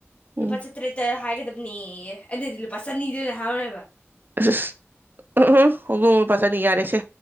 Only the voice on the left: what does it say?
ꯂꯨꯄꯥ ꯆꯥꯇ꯭ꯔꯦꯠꯇ ꯍꯥꯏꯒꯗꯕꯅꯦꯑꯦ ꯑꯩꯅꯗꯤ ꯂꯨꯄꯥ ꯆꯅꯤꯗ ꯑꯣꯏꯅ ꯍꯥꯏꯔꯦꯕ